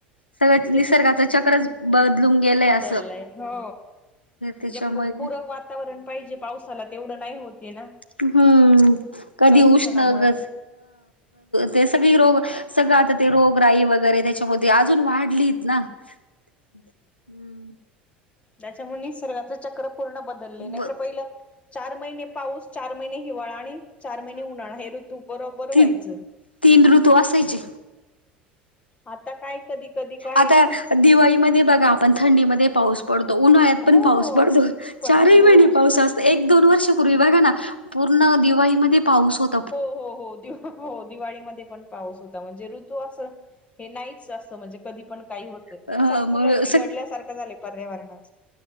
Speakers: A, on the left (about 85°); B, on the left (about 25°).
A: सगळच
B: ते
A: निसर्गाच चक्रच बदलून गेले आता.
B: बदलय हो
A: त्याच्यामुळे
B: जे पु पुरक वातावरण पाहिजे पावसाला तेवढं नाही होते ना?
A: हम्म कधी
B: प्रदूषणामुळं
A: उष्ण ह तेच. सगळी आता ते रोगराई वगैरे त्याच्यामध्ये अजून वाढली. ना हम्म
B: त्याच्यामुळे निसर्गाच चक्र पूर्ण बदलले नाहीतर
A: ब
B: पहिलं. चार महिने पाऊस चार महिने हिवाळा आणि. चार महिने उन्हाळा हे ऋतू बरोबर व्हायच?
A: ती तीन ऋतू असायचे
B: आता काय कधी कधी. काय
A: आता
B: ना
A: दिवाळीमध्ये बघा आपण थंडीमध्ये पाऊस पडतो उन्हाळ्यात
B: हो
A: पण पाऊस पडतो
B: पडतं
A: चारही
B: हो
A: महिने पाऊस असतो. एक दोन वर्षपूर्वी बघा ना पूर्ण दिवाळीमध्ये पाऊस होत
B: हो हो हो दि हो दिवाळीमध्ये पण पाऊस होता म्हणजे ऋतू असं हे नाहीच अस म्हणजे कधी पण काही पण होत
A: अ
B: संतुलन
A: मग
B: बिघडल्यासारखं
A: स
B: झालय पर्यावरणाच.